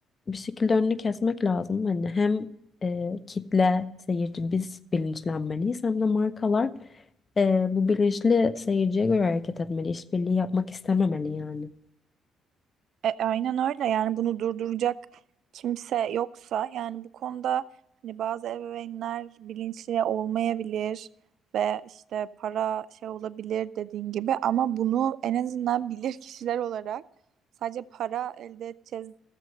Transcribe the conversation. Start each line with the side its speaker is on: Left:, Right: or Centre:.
Left: bir şekilde önünü kesmek lazım. Hani hem e, kitle, seyirci biz bilinçlenmeliyiz hem de markalar e, bu bilinçli seyirciye göre hareket etmeli. İşbirliği yapmak istememeli yani.
Right: E, aynen öyle yani bunu durduracak kimse yoksa yani bu konuda hani bazı ebeveynler bilinçli olmayabilir ve işte para şey olabilir dediğin gibi ama bunu en azından bilir <laughs> kişiler olarak sadece para elde edeceğiz